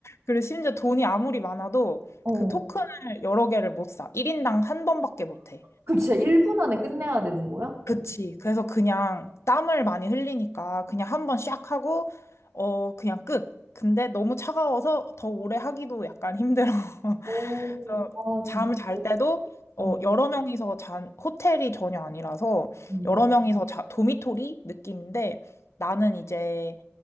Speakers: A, on the left (about 80°); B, on the right (about 75°).
A: 그리고 심지어 돈이 아무리 많아도
B: 어.
A: 그 토큰을 여러 개를 못 사. 1인당 한 번밖에 못 해.
B: 그럼 진짜 1분 안에 끝내야 되는 거야?
A: 그치. 그래서 그냥 땀을 많이 흘리니까 그냥 한 번 샥 하고, 어, 그냥 끝. 근데 너무 차가워서 더 오래 하기도 약간 힘들어. <laughs>
B: 오,
A: 그래서
B: 아, 진짜.
A: 잠을 잘
B: 네.
A: 때도 어,
B: 네.
A: 여러 명이서 잔, 호텔이 전혀 아니라서
B: 음.
A: 여러 명이서 자, 도미토리 느낌인데 나는 이제